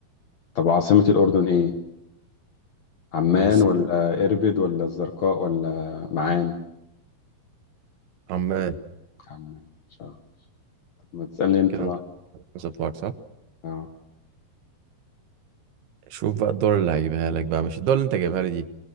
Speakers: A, on the left; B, on the right.
A: طب عاصمة الأردن إيه عمان
B: عاصمة
A: ولا إربد ولا الزرقاء ولا معان
B: عمان
A: عمان مش عارف طب ما تسألني أنت
B: كده
A: بقى
B: انت خمسة بتوعك صح
A: أه
B: شوف بقى الدول اللي هجيبها لك بقى مش الدول اللي انت جايبها لي دي